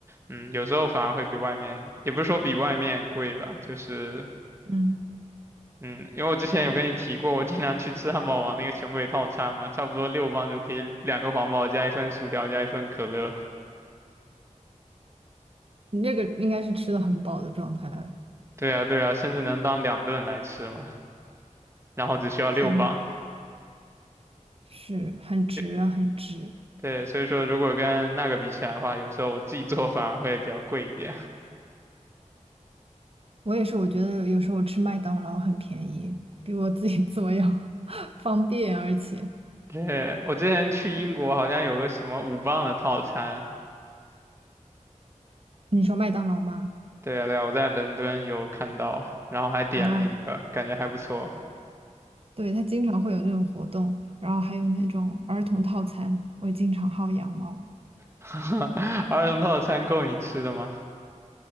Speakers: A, on the right; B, on the right.
A: 嗯，有时候反而会比外面，也不是说比外面贵吧，就是
B: 嗯，
A: 嗯，因为我之前有跟你提过，我经常去吃汉堡王那个穷鬼套餐嘛，差不多六磅就可以两个皇堡加一份薯条加一份可乐。
B: 你那个应该是吃的很饱的状态了。
A: 对啊，对啊，甚至能当两顿来吃嘛，然后只需要六磅。
B: 天，是很值啊，
A: 就
B: 很值。
A: 对，所以说如果跟那个比起来的话，有时候我自己做反而会比较贵一点。
B: 我也是，我觉得有时候我吃麦当劳很便宜，比我自己做要 <laughs> 方便，而且
A: 对，我之前去英国好像有个什么五磅的套餐，
B: 你说麦当劳吗？
A: 对啊对啊，我在伦敦有看到，然后还点了一个，
B: 啊，
A: 感觉还不错。
B: 对，它经常会有那种活动，然后还有那种儿童套餐，我也经常薅羊毛。
A: <laughs> 儿童套餐够你吃的吗？